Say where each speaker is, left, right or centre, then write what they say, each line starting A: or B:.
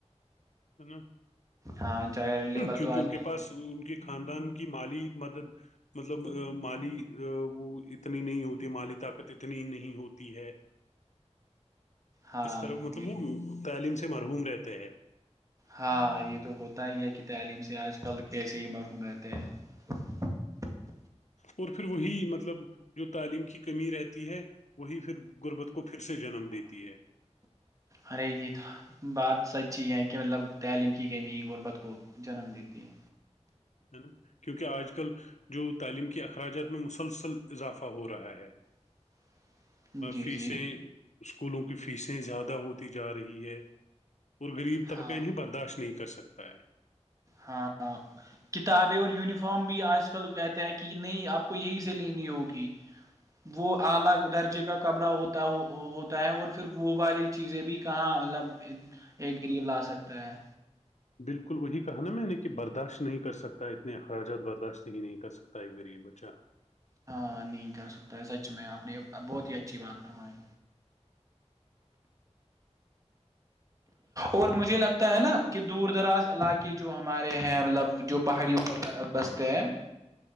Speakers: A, on the left; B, on the right.
A: ہے نا
B: ہاں چاہے لیبر
A: کیونکہ
B: تو آج
A: ان کے
B: کل
A: پاس
B: بڑی
A: ان کے خاندان کی مالی مدد مطلب مالی وہ اتنی نہیں ہوتی مالی طاقت اتنی نہیں ہوتی ہے
B: ہاں
A: اس طرح مطلب
B: یہ
A: وہ تعلیم سے مرحوم رہتے ہیں <unintelligible>
B: ہاں یہ تو ہوتا ہی ہے کہ تعلیم سے آج کل کیسے ہی مرحوم رہتے ہیں <inaudible>
A: اور پھر وہی مطلب جو تعلیم کی کمی رہتی ہے وہی پھر غربت کو پھر سے جنم دیتی ہے
B: ارے یہ تھا <unintelligible> بات سچ ہی ہے کہ مطلب تعلیم کی کمی غربت کو جنم دیتی ہے
A: ہے نا کیونکہ آج کل جو تعلیم کے اخراجات میں مسلسل اضافہ ہو رہا ہے
B: <inaudible> جی
A: فیسیں
B: جی
A: اسکولوں کی فیسیں زیادہ ہوتی جا رہی ہے اور غریب طبقہ
B: ہاں
A: انہیں برداشت نہیں کر سکتا ہے
B: ہاں <unintelligible> کتابیں اور یونیفارم بھی آج کل کہتے ہیں کہ نہیں آپ کو یہی سے لینی ہوگی وہ اعلی درجے کا کپڑا ہوتا ہوتا ہے اور پھر وہ والی چیزیں بھی کہاں مطلب ایک غریب لا سکتا ہے
A: بالکل وہی کہا نا میں نے کہ برداشت نہیں کر سکتا اتنے اخراجات برداشت ہی نہیں کر سکتا ایک غریب بچہ <unintelligible>
B: ہاں نہیں کر سکتا ہے سچ میں آپ نے بہت ہی اچھی بات فرمائی اور مجھے لگتا ہے نا کہ دور دراز علاقے جو ہمارے ہیں مطلب جو پہاڑیوں پر بستے ہیں <unintelligible>